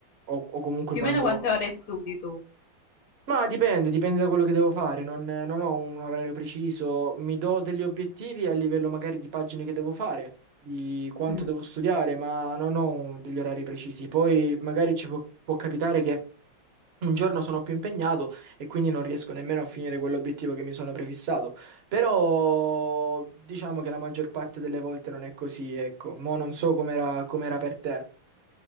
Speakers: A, on the right; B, on the left.
A: o, o comunque
B: Più
A: quando...
B: o meno quante ore studi tu?
A: Ma dipende, dipende da quello che devo fare, non, non ho un orario preciso, mi do degli obiettivi a livello magari di pagine che devo fare, di quanto
B: Mm.
A: devo studiare, ma non ho degli orari precisi. Poi magari ci può può capitare che un giorno sono più impegnato e quindi non riesco nemmeno a finire quell'obiettivo che mi sono prefissato. Però diciamo che la maggior parte delle volte non è così, ecco. Mo' non so com'era com'era per te.